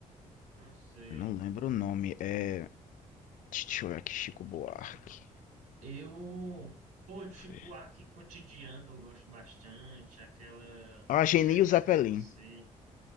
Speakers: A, on the right (about 85°); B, on the left (about 80°).
A: não sei.
B: Eu não lembro o nome, é... Deixa eu ver aqui, Chico Buarque.
A: Eu, pô,
B: Vamos
A: Chico
B: ver.
A: Buarque cotidiano eu gosto bastante. Aquela
B: Ageni
A: Apesar
B: e o Zeppelin.
A: de Você.